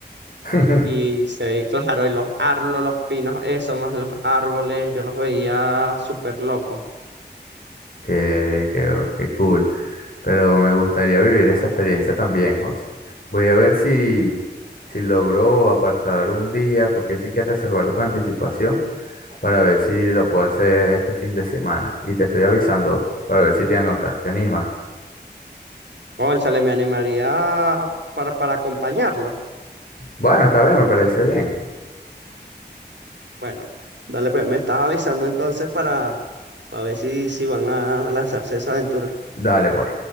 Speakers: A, on the left (about 55°); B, on the right (about 85°).
A: <laughs>
B: Y se, claro, y los árboles, los pinos, eso, más los árboles, yo los veía súper locos.
A: Qué, qué, qué cool. Pero me gustaría vivir esa experiencia también, José. Voy a ver si, si logro apartar un día, porque sí que reservarlo con anticipación, para ver si lo puedo hacer este fin de semana. Y te estoy avisando para ver si te anotas, te animas.
B: Cónchale, me animaría para, para acompañarlos.
A: Bueno, está bien, me parece bien.
B: Bueno, dale, pues, me estás avisando entonces para, para ver si, si van a lanzarse esa aventura.
A: Dale pues.